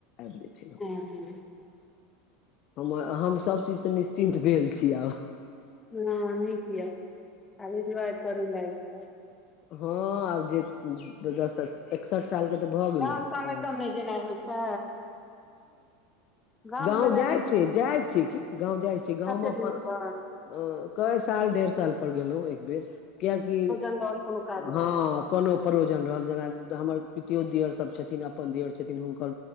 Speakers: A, on the left; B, on the left.
A: आइब जेथिन अप
B: हूँ हँ
A: हम हम सब चीजसँ निश्चिन्त भेल छी आब।
B: हँ नीक यए आब एन्जॉय करू लाइफ कऽ
A: हँ आब जे दसस एकसठ साल के तऽ भऽ गेलु
B: गाम ताम
A: हँ।
B: एकदम नहि जेनाइ होइ छै गाम
A: गाँव
B: जेनाइ
A: जाइ
B: नहि होइ
A: छी
B: छै
A: जाइ छी की गाँव जाइ छी गाँवमे
B: कते
A: अपन।
B: दिन पर
A: अं कै साल डेढ़ साल पर गेलू एक बेर कियकि।
B: काम रहल कोनो। काज रहल
A: हँ
B: तहन
A: कोनो प्रोजन रहल जेना हमर पितियो दियर सब छथिन अप पन दियोर छथिन हुनकर